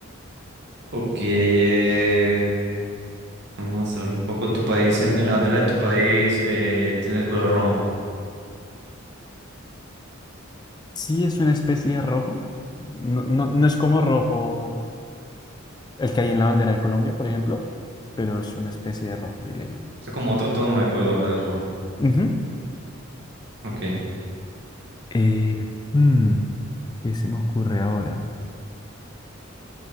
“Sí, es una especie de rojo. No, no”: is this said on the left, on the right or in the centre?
Left